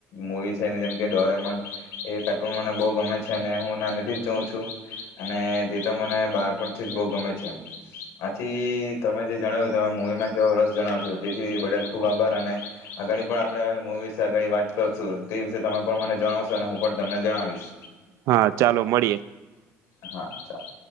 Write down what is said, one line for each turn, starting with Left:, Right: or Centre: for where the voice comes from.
Left: મવી છે જેમ ડોરેમન એ કાર્ટૂન મને બઉ ગમે છે અને હું નાના થી જ જોઉં છું અને તે તો મને બાળ પણથી જ બઉ ગમે છે. આથી તમે જે જણાવ્યું તમે મવીમાં કેવો રસ જણાવ છો તેથી બદલ ખુબ આભાર અને આગડી પણ આપણે મવી વિશે આગળ વાત કરશું તે વિશે તમે પણ મને જણાવશો અને હું પણ તમને જણાવીશ.
Right: હા ચાલો મળીએ
Left: હા ચાલો.